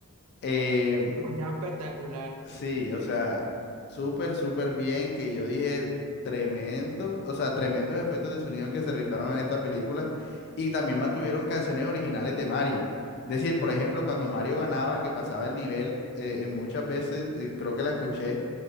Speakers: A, on the left; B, on the right.
A: eh,
B: Un escuchaba espectacular.
A: sí, o sea, súper, súper bien, que yo dije, tremendo, o sea, tremendos efectos de sonido que se rifaron en esta película, y también mantuvieron canciones originales de Mario. Es decir, por ejemplo, cuando Mario ganaba, que pasaba el nivel, eh, en muchas veces, eh, creo que la escuché